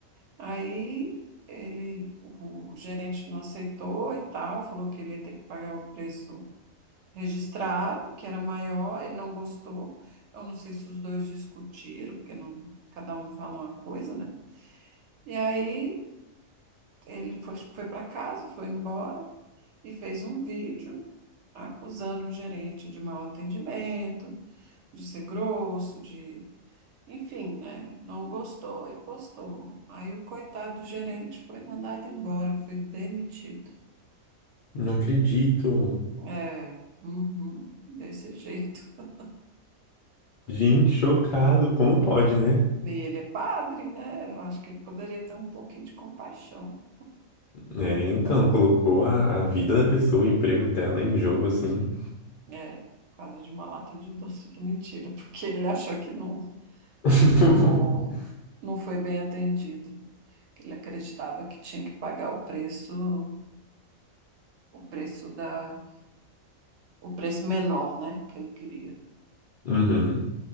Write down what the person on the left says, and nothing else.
Não acredito.
Gente, chocado. Como pode, né?
É, então, colocou a, a vida da pessoa, o emprego dela em jogo assim.
<laughs>
Uhum.